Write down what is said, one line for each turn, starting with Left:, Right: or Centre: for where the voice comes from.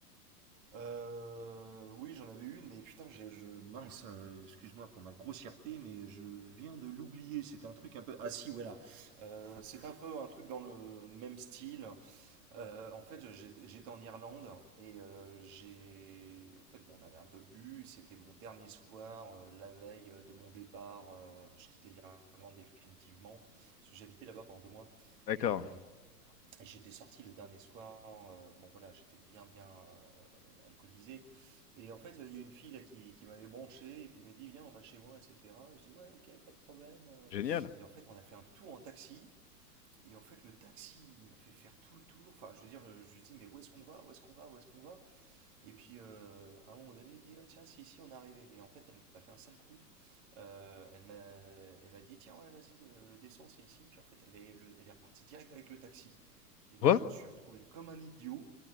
Right: Euh, oui, j'en avais une, mais putain, j'ai- je, mince, euh, excuse-moi pour ma grossièreté, mais je viens de l'oublier. C'était un truc un peu. Ah si, voilà. Euh, c'est un peu un truc dans le même style. Euh, en fait, j'ai- j'étais en Irlande et euh, j'ai. En fait, bon, on avait un peu bu. C'était mon dernier soir, euh, la veille de mon départ. euh, je quittais l'Irlande définitivement parce que j'habitais là-bas pendant deux mois.
Left: D'accord.
Right: Et euh, et j'étais sorti le dernier soir, euh, bon voilà, j'étais bien bien euh, alcoolisé. Et en fait, il y a une fille là, qui, qui m'avait branché et puis elle m'a dit Viens, on va chez moi, etc. Je dis Ouais, ok, pas de problème. euh.
Left: Génial.
Right: Et en fait, on a fait un tour en taxi. Et en fait, le taxi, il m'a fait faire tout le tour. Enfin, je veux dire, je lui dis Mais où est-ce qu'on va Où est-ce qu'on va Où est-ce qu'on va Et puis, euh, à un moment donné, il dit Ah, Tiens, c'est ici, on est arrivé. Et en fait, elle m'a fait un sale coup. Euh, elle m'a elle m'a dit Tiens, ouais, vas-y, euh, descends, c'est ici. Puis en fait, elle est, le- elle est repartie direct avec le taxi. Et moi,
Left: Quoi?
Right: je me suis retrouvé comme un idiot